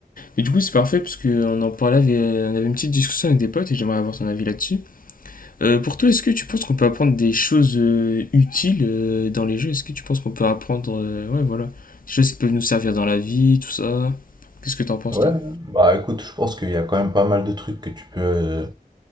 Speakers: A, on the left; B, on the right.
A: Mais du coup, c'est parfait, parce qu'on en parlait, avec- on avait une petite discussion avec des potes, et j'aimerais avoir ton avis là-dessus. Euh, pour toi, est-ce que tu penses qu'on peut apprendre des choses euh, utiles euh, dans les jeux? Est-ce que tu penses qu'on peut apprendre, euh, ouais, voilà, des choses qui peuvent nous servir dans la vie, tout ça? Qu'est-ce que t'en penses,
B: Ouais,
A: toi?
B: bah écoute, je pense qu'il y a quand même pas mal de trucs que tu peux, euh,